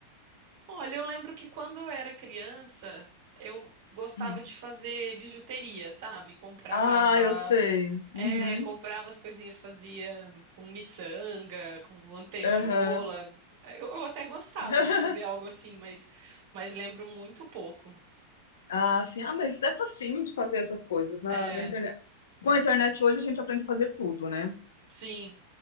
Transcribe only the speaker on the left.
Hum.
Ah, eu sei. Uhum.
Aham.
<laughs>
Ah, sim. Ah, mas é facinho de fazer essas coisas na,
na internet. Com a internet hoje a gente aprende a fazer tudo, né?